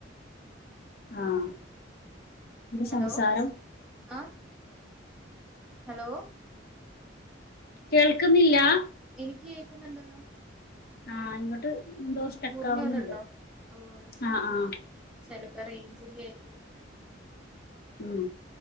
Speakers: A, on the left; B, in the centre.
A: ആഹ് എന്താ
B: ഹലോ
A: സംസാരം
B: ആഹ് ഹലോ
A: കേൾക്കുന്നില്ലാ
B: എനിക്ക് കേക്കുന്നുണ്ടല്ലോ
A: ആഹ് ഇങ്ങോട്ട് എന്തോ സ്റ്റക്കാവുന്നുണ്ട്
B: മുറിഞ്ഞു പോന്നുണ്ടോ ഓ അയ്ശരി
A: ആഹ് ആഹ്
B: ചെലപ്പോ റേഞ്ചിന്റെ ആയിരിക്കും
A: ഉം